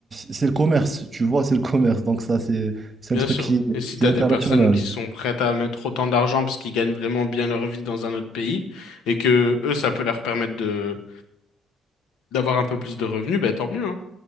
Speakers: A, on the right; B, on the left.
A: c'est le commerce, tu vois, c'est le commerce. Donc ça, c'est c'est
B: bien
A: un truc
B: sûr.
A: qui, est
B: Et si t'as
A: qui est international.
B: des personnes qui sont prêtes à mettre autant d'argent parce qu'ils gagnent vraiment bien leur vie dans un autre pays, et que eux, ça peut leur permettre de d'avoir un peu plus de revenus, ben tant mieux, hein.